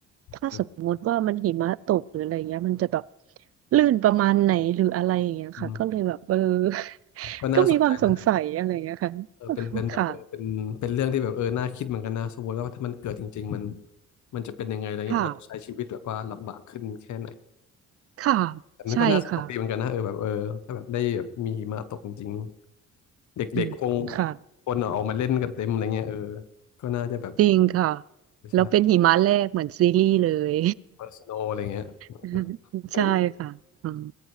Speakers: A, on the right; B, on the left.
A: ถ้าสมมุติว่ามันหิมะตกหรืออะไรเงี้ยมันจะแบบ
B: เออ
A: ลื่นประมาณไหนหรืออะไรอย่างเงี้ยค่ะก็เลยแบบเออ
B: อืม
A: <laughs>
B: ก็น่าสนใจนะ
A: ก็มีความสงสัยอะไรเงี้ยค่ะ
B: เออเป็นเป็นแบบเออเป็นเป็นเรื่องที่แบบเออน่าคิดเหมือนกันนะสมมติว่าถ้ามันเกิดจริงๆมัน
A: ค่ะ
B: มันจะเป็นยังไงอะไรเงี้ยเราจะใช้ชีวิตแบบว่าลำบากขึ้นแค่ไหน
A: ค่ะค่ะ
B: แต่มันก็น่าสนุกดีเหมือนกันนะเออแบบเออถ้าแบบได้แบบมีหิมะตกจริง
A: ใช่ค่ะ
B: ๆเด็กๆคง
A: อืมค่ะ
B: คนอะออกมาเล่นกันเต็มอะไรเงี้ยเออก็น่าจะแบบ
A: จริงค่ะ
B: ใช่
A: แล้วเป็นหิมะแรกเหมือนซีรีส์เลย
B: personal อะไรเงี้ย
A: <laughs>
B: <laughs>
A: ใช่ค่ะอืม